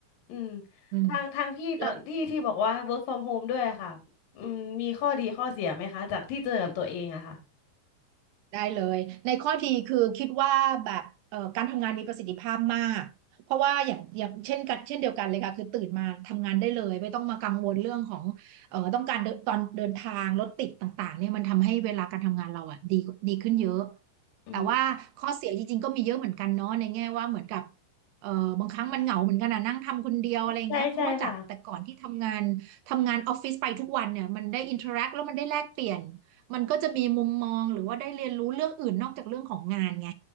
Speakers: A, on the left (about 50°); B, on the right (about 75°).
A: อืม
B: อืม
A: ทางทางพี่ตอนที่ที่บอกว่า
B: แล้ว
A: work from home ด้วยค่ะอืมมีข้อดีข้อเสียไหมคะจากที่เจอกับตัวเองอะค่ะ
B: ได้เลยในข้อดีคือคิดว่าแบบเอ่อการทำงานมีประสิทธิภาพมากเพราะว่าอย่างอย่างเช่นกันเช่นเดียวกันเลยค่ะคือตื่นมาทำงานได้เลยไม่ต้องมากังวลเรื่องของเอ่อต้องการเดินตอนเดินทางรถติดต่างๆเนี่ยมันทำให้เวลาการทำงานเราอ่ะดีดีขึ้นเยอะ
A: อืม
B: แต่ว่าข้อเสียจริงๆก็มีเยอะเหมือนกันเนาะในแง่ว่าเหมือนกับเอ่อบางครั้งมันเหงาเหมือนกันอ่ะนั่งทำคนเดียวอะไรอย่างเงี้ยเพราะว่าจากแต่ก่อนที่ทำงานทำงานออฟฟิศไปทุกวันเนี่ยมันได้อินเทอร์แอคแล้วมันได้แลกเปลี่ยน
A: ใช่ใช่ค่ะ
B: มันก็จะมีมุมมองหรือว่าได้เรียนรู้เรื่องอื่นนอกจากเรื่องของงานไง